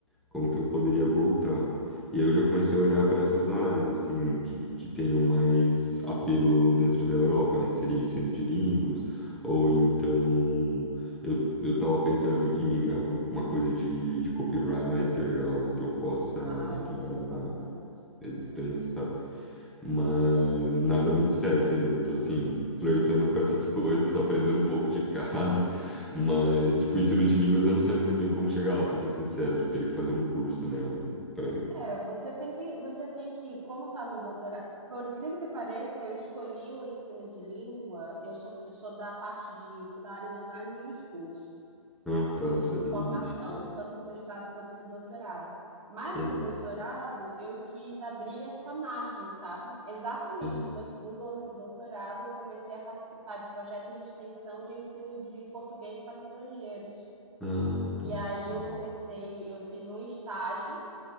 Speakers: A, in the centre; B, on the right.
A: como que eu poderia voltar. E aí eu já comecei a olhar para essas áreas, assim, que, que tenham mais apelo dentro da Europa, né? Que seria ensino de línguas, ou então eu, eu tava pensando em migrar para uma coisa de, de copywriter, algo que eu possa
B: Ah, isso
A: trabalhar
B: é importante.
A: à distância,
B: Sim.
A: sabe? Mas nada muito certo ainda. Eu tô assim, flertando com essas coisas, aprendendo um pouco de cada. <laughs> Mas, tipo, ensino de línguas eu não sei muito bem como chegar lá, pra ser sincero. Tipo, teria que fazer um curso, né? Algo pra.
B: É, você tem que, você tem que, como tá no doutorado, por incrível que pareça, eu escolhi o ensino de língua, eu sou, eu sou da parte de, sou da área de análise do discurso,
A: Ah, tá,
B: eh,
A: você
B: de
A: é da
B: formação,
A: linguística.
B: tanto no mestrado quanto no doutorado. Mas
A: Uhum,
B: no doutorado, eu quis abrir essa margem, sabe? Exatamente
A: uhum.
B: no meu segundo ano de doutorado, eu comecei a participar de projetos de extensão de ensino de português para estrangeiros.
A: Ah, tá.
B: E aí
A: Uhum,
B: eu comecei, eu fiz um estágio